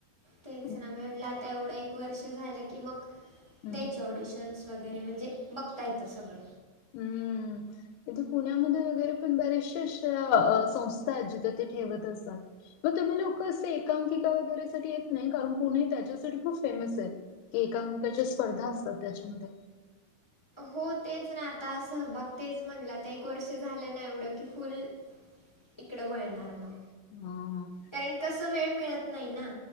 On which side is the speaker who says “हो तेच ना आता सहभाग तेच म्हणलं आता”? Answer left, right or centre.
Left